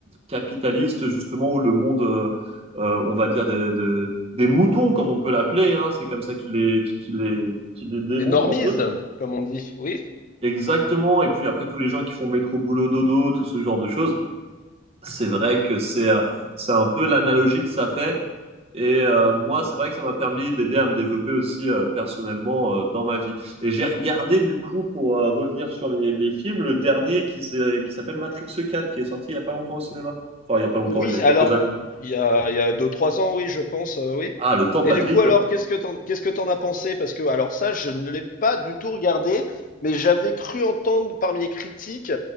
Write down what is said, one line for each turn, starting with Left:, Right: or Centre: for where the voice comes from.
Right: capitaliste, justement, ou le monde, euh, euh, on va dire, des, des- des moutons, comme on peut l'appeler, hein. C'est comme ça qu'il les, qu'il les, qu'il les démontre
Left: Des normies,
Right: un peu.
Left: comme on dit. Oui?
Right: Exactement. Et puis après, tous les gens qui font métro, boulot, dodo, tout ce genre de choses c'est vrai que c'est euh, c'est un peu l'analogie que ça fait. Et euh, moi, c'est vrai que ça m'a permis d'aider à me développer aussi euh, personnellement euh, dans ma vie. Et j'ai regardé du coup, pour euh, revenir sur les, les films, le dernier qui s'est- qui s'appelle Matrix 4, qui est sorti il y a pas longtemps au cinéma. Enfin, il y a pas
Left: Oui,
Right: longtemps, il y a quelques
Left: alors
Right: années.
Left: il y a il y a deux trois ans, oui, je pense, euh, oui.
Right: Ah, le temps passe
Left: Et du
Right: vite,
Left: coup, alors
Right: hein.
Left: qu'est-ce que t'en qu'est-ce que t'en as pensé? Parce que alors ça, je ne l'ai pas du tout regardé, mais j'avais cru entendre parmi les critiques